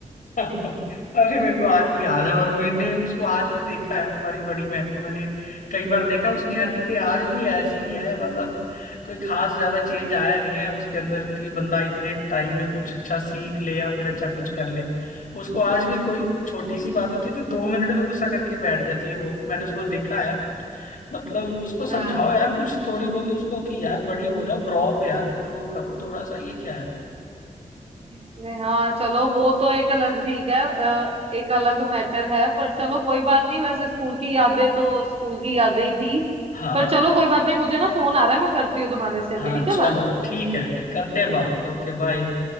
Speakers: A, on the left (about 70°); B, on the right (about 45°).
A: अरे मेरे को आज भी याद है और मैंने उसको आज भी देखा है तुम्हारी बड़ी बहन को मैंने कई बार देखा उसकी हरकतें आज भी ऐसी ही है मतलब कोई खास ज्यादा चेंज आया नहीं है उसके अंदर कि बंदा इतने टाइम में कुछ अच्छा सीख ले या फिर अच्छा कुछ कर ले उसको आज भी कोई छोटी सी बात होती है तो दो मिनट में गुस्सा करके बैठ जाती है वो मैंने उसको देखा है मतलब उसको समझाओ
B: हाँ
A: यार कुछ थोड़ी बहुत ही उसको कि यार बड़ी हो जाओ ग्रो अप यार ग्रो करो थोड़ा सा ये क्या है
B: नहीं, हाँ चलो वो तो एक अलग ठीक है अ, एक अलग मैटर है पर चलो कोई बात नहीं वैसे स्कूल की यादें तो स्कूल की यादें ही थी
A: हाँ
B: पर चलो कोई बात नहीं मुझे ना फोन आ रहा है मैं करती हूँ तुम्हारे से अभी
A: हाँ
B: ठीक है
A: चलो
B: बात
A: ठीक है फिर करते हैं बात Okay bye